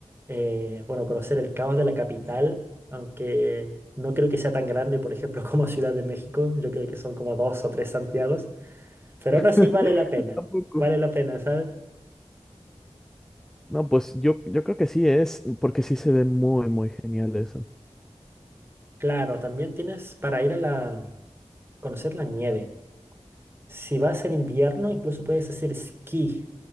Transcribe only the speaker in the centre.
<laughs>
Tampoco.
No, pues yo, yo creo que sí es, porque sí se ve muy, muy genial eso.